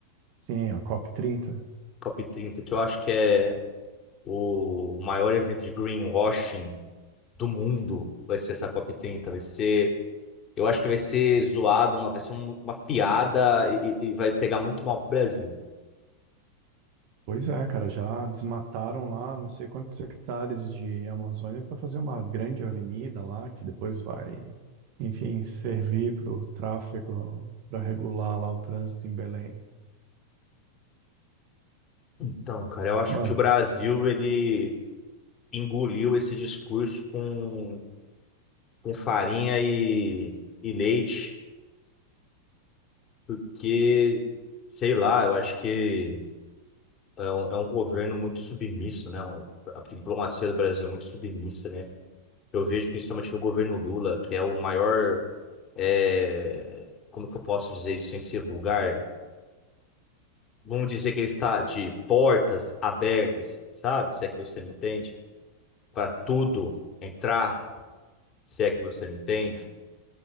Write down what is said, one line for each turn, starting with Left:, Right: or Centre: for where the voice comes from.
Right: Sim, a cop trinta.
Left: COP30, que eu acho que é o maior evento de greenwashing do mundo vai ser essa COP30. Vai ser. Eu acho que vai ser zoado, uma, vai ser um- uma piada e, e- e vai pegar muito mal pro Brasil.
Right: Pois é, cara, já desmataram lá não sei quantos hectares de Amazônia para fazer uma grande avenida lá, que depois vai, enfim, servir para o tráfego, para regular lá o trânsito em Belém.
Left: Então, cara, eu acho
Right: Mano,
Left: que o Brasil, ele engoliu esse discurso com, com farinha e, e leite, porque, sei lá, eu acho que é um, é um governo muito submisso, né? A diplomacia do Brasil é muito submissa, né? Eu vejo principalmente no governo Lula, que é o maior é, como que eu posso dizer isso sem ser vulgar? Vamos dizer que ele está de portas abertas, sabe? Se é que você me entende, para tudo entrar, se é que você me entende,